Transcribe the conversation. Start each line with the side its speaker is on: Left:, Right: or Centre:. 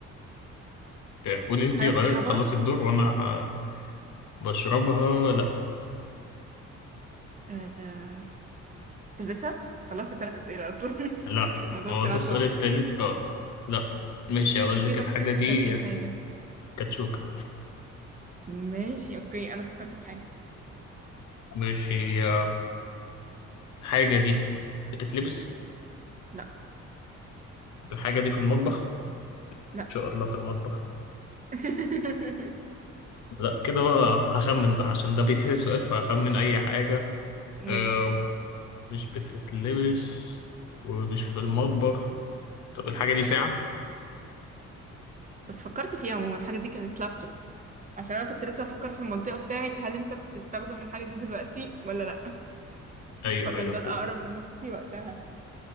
Left: آه، قولي انت
Right: حاجة
Left: غير
Right: بتشربها
Left: خلصي الدور وانا ه- بشربها لا
Right: آه... بتلبسها خلصت تلات أسئلة أصلا <laughs>
Left: لا
Right: الموضوع
Left: هو
Right: طلع
Left: ده السؤال
Right: صعب
Left: التالت اه لا ماشي هقول
Right: اوكي
Left: لك
Right: طب
Left: الحاجة
Right: كانت
Left: دي
Right: كانت ايه الحاجة
Left: كاتشوكة
Right: ماشي اوكي انا فكرت في حاجة
Left: ماشي آه، الحاجة دي بتتلبس
Right: لا
Left: الحاجة دي في المطبخ
Right: لا
Left: ان شاء الله في المطبخ
Right: <laughs>
Left: لا كده بقى هخمن بقى عشان ده بيتحسب سؤال فهخمن اي حاجة آه
Right: ماشي
Left: مش بتتلبس ومش في المطبخ طب الحاجة دي ساعة
Right: بس فكرت فيها عموما الحاجة دي كانت لابتوب عشان أنا كنت لسه بفكر في المنطقة بتاعت هل أنت بتستخدم الحاجة دي دلوقتي ولا لأ
Left: ايوه
Right: فكان
Left: ايوه
Right: ده
Left: فهمت.
Right: الأقرب لمخي وقتها